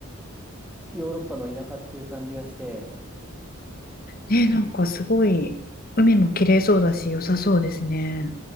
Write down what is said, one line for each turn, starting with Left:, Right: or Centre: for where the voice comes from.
Centre: ヨーロッパの田舎っていう感じがして、
Left: ね、なんかすごい、海も綺麗そうだし、良さそうですね。